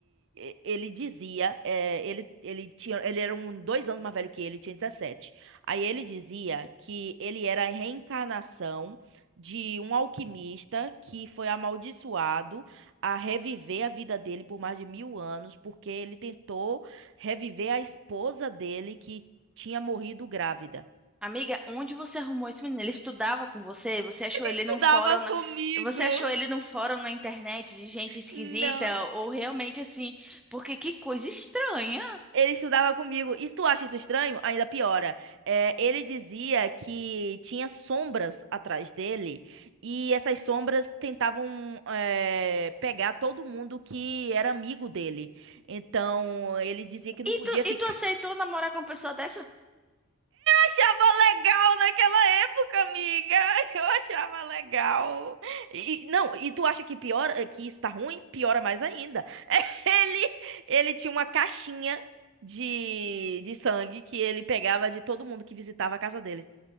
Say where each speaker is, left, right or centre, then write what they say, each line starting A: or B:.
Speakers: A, on the right; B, in the centre.
A: e- ele dizia, eh, ele, ele tinha, ele era um dois anos mais velho que ele, tinha 17. Aí ele dizia que ele era a reencarnação de um alquimista que foi amaldiçoado a reviver a vida dele por mais de mil anos, porque ele tentou reviver a esposa dele que tinha morrido grávida.
B: Amiga, onde você arrumou esse menino? Ele estudava com você? Você achou ele
A: Estudava
B: num fórum na...
A: comigo.
B: Você achou ele num fórum na internet de gente esquisita?
A: Não.
B: Ou realmente assim? Porque que coisa estranha.
A: Ele estudava comigo. E se tu acha isso estranho, ainda piora. É, ele dizia que tinha sombras atrás dele e essas sombras tentavam é, pegar todo mundo que era amigo dele. Então ele dizia que não
B: E
A: podia
B: tu,
A: ficar
B: e tu aceitou namorar com uma pessoa dessa?
A: achava legal naquela época, amiga. <laughs> Eu achava legal. E, não, e tu acha que piora, que isso tá ruim? Piora mais ainda. <laughs> Ele, ele tinha uma caixinha de, de sangue que ele pegava de todo mundo que visitava a casa dele.